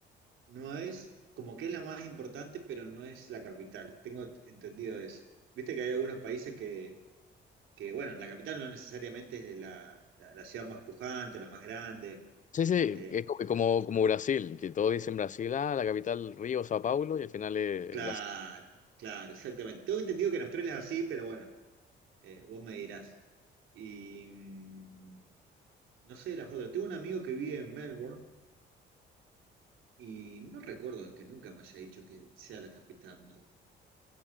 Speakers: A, on the right (about 80°); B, on the left (about 40°).
A: No es, como que es la más importante, pero no es la capital. Tengo entendido eso. Viste que hay algunos países que, que bueno, la capital no necesariamente es de la, la- la ciudad más pujante, la más grande.
B: Sí, sí,
A: Eh,
B: es co- como, como Brasil, que todos dicen Brasil, ah, la capital Río, Sao Paulo, y al final es
A: claro,
B: Brasil.
A: claro, exactamente. Tengo entendido que en Australia es así, pero bueno, eh, vos me dirás. Y mm, no sé de las otras. Tengo un amigo que vive en Melbourne y no recuerdo que nunca me haya dicho que sea la capital. Melbourne.